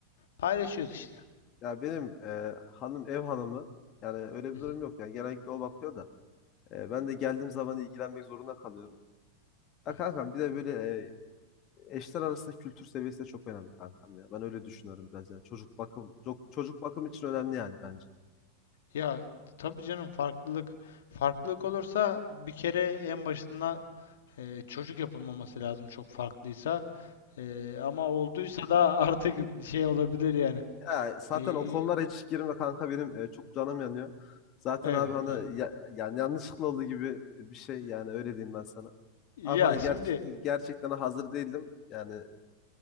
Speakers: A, on the left; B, on the left.
A: paylaşıyoruz işte.
B: Ya benim e, hanım ev hanımı yani öyle
A: Hı
B: bir
A: hı,
B: durum yok. Yani genellikle o bakıyor da e, ben de geldiğim zaman ilgilenmek zorunda kalıyorum. Ya
A: hı hı.
B: kankam bir de böyle e, eşler arasında kültür seviyesi de çok önemli kankam ya. Ben öyle düşünüyorum biraz yani. Çocuk bakım çok çocuk bakım için önemli yani bence.
A: Ya tabii canım farklılık farklılık olursa bir kere en başından e, çocuk yapılmaması lazım çok farklıysa. Ee, ama olduysa da <laughs> artık şey olabilir yani.
B: Ya zaten
A: Ee,
B: o konulara hiç girme kanka benim e, çok canım yanıyor. Zaten
A: eyvallah.
B: abi hani ya- yani yanlışlıkla olduğu gibi bir şey yani öyle diyeyim ben sana.
A: Ya
B: Abi hani
A: şimdi
B: gerçek, gerçekten hazır değildim. Yani